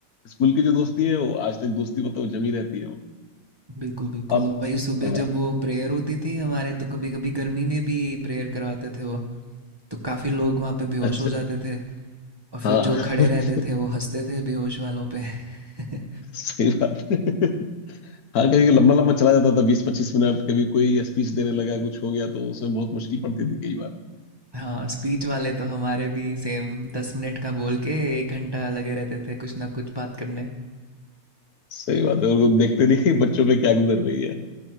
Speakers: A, on the left; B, on the right.
A: स्कूल की जो दोस्ती है वो आज तक दोस्ती मतलब जमी रहती है वो
B: बिल्कुल, बिल्कुल
A: अब
B: और भाई सुबह
A: अ,
B: जब वो प्रेयर होती थी हमारे तो कभी-कभी गर्मी में भी प्रेयर करवाते थे वो, तो काफ़ी लोग वहाँ पे बेहोश
A: अच्छा
B: हो जाते थे और फिर
A: हाँ
B: जो खड़े
A: <laughs>
B: रहते थे वो हँसते थे बेहोश वालों पे। <laughs>
A: सही बात है हाँ कभी कभी लंबा लंबा चला जाता था बीस पच्चीस मिनट कभी कोई स्पीच देने लगा कुछ हो गया तो उसमें बहुत मुश्किल पड़ती थी कई बार
B: हाँ, स्पीच वाले तो हमारे भी सेम 10 मिनट का बोल के 1 घंटा लगे रहते थे कुछ ना कुछ बात करने।
A: सही बात है उनको देखते नहीं कि बच्चों पे क्या गुजर रही है